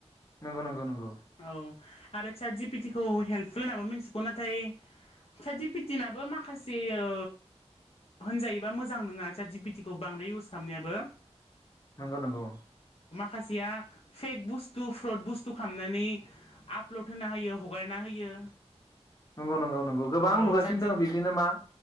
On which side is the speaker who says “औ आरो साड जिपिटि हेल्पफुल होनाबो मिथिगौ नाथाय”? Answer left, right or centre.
Left